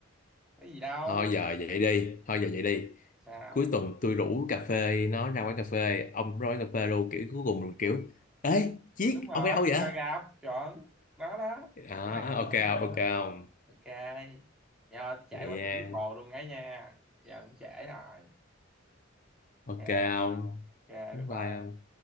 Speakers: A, in the centre; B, on the left (about 40°).
A: Có gì đâu.
B: thôi giờ vậy đi thôi giờ vậy đi
A: Sao?
B: cuối tuần tôi rủ cà phê nó ra quán cà phê ông ra quán cà phê luôn kiểu cuối cùng mình kiểu ê chiếc
A: Đúng rồi,
B: ông ở đâu
A: tình
B: vậy
A: cờ gặp, chuẩn. Nó đó. Thì
B: đó
A: tôi bạn nói
B: ok không
A: rồi đó.
B: ok không
A: Ok. Nhờ tôi chạy
B: vậy
A: qua
B: nha
A: tôi rước bồ luôn ấy nha. Giờ cũng trễ rồi.
B: ok
A: Ok,
B: không
A: ok, bye
B: Bye
A: bye.